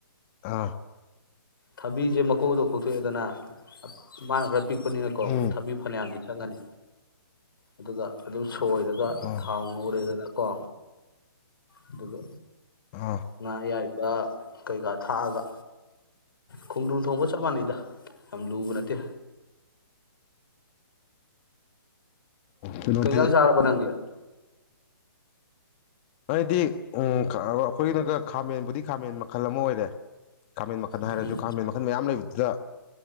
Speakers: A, on the left (about 30°); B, on the left (about 70°).
A: ꯑꯥ
B: ꯊꯕꯤꯁꯦ ꯃꯀꯨꯗꯣ ꯀꯣꯛꯊꯣꯛꯑꯦꯗꯅ ꯃꯥꯅ ꯈꯔ ꯑꯄꯤꯛꯄꯅꯤꯅꯀꯣ
A: ꯎꯝ
B: ꯊꯥꯕꯤ ꯐꯅꯌꯥꯝꯗꯤ ꯆꯪꯒꯅꯤ ꯑꯗꯨꯒ ꯑꯗꯨꯝ ꯁꯣꯏꯔꯒ
A: ꯑꯥ
B: ꯊꯥꯎ ꯉꯧꯔꯦꯗꯅ ꯀꯣ ꯑꯗꯨꯒ
A: ꯑꯥ
B: ꯉꯥ ꯑꯌꯥꯏꯕ ꯀꯩꯀꯥ ꯊꯥꯛꯑꯒ ꯈꯣꯡꯗ꯭ꯔꯨꯝ ꯊꯣꯡꯕ ꯆꯞ ꯃꯥꯟꯅꯩꯗ ꯌꯥꯝ ꯂꯨꯕ ꯅꯠꯇꯦ
A: ꯀꯩꯅꯣꯗꯤ
B: ꯀꯩꯩ ꯏꯟꯖꯡ ꯆꯔꯕ ꯅꯪꯗꯤ
A: ꯑꯩꯗꯤ ꯎꯝ ꯑꯩꯈꯣꯏꯒꯤꯗꯤ ꯈꯥꯃꯦꯟꯕꯨꯗꯤ ꯈꯥꯃꯦꯟ ꯃꯈꯜ ꯑꯃ ꯑꯣꯏꯔꯦ ꯈꯥꯃꯦꯟ ꯃꯈꯟ ꯍꯥꯏꯔꯁꯨ
B: ꯎꯝ
A: ꯈꯥꯃꯦꯟ ꯃꯈꯟ ꯃꯌꯥꯝ ꯂꯩꯕꯅꯤ ꯁꯤꯗ